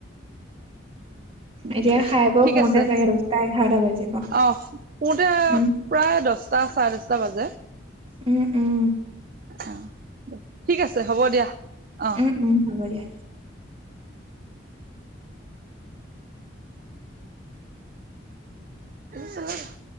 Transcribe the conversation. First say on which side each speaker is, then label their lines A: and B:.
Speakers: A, on the right (about 30°); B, on the right (about 45°).
A: এতিয়া
B: উ দে
A: খাই বৈ
B: ঠিক
A: শুওঁতে
B: আছে
A: চাগে দহটা এঘাৰটা বাজিব
B: অ কোনতে
A: উম
B: প্ৰায় দশটা চাৰে দশটা বাজে
A: উম উম
B: অ ঠিক আছে, হ'ব দিয়া। অ,
A: উম উম হ'ব দিয়া।
B: ছিল <unintelligible>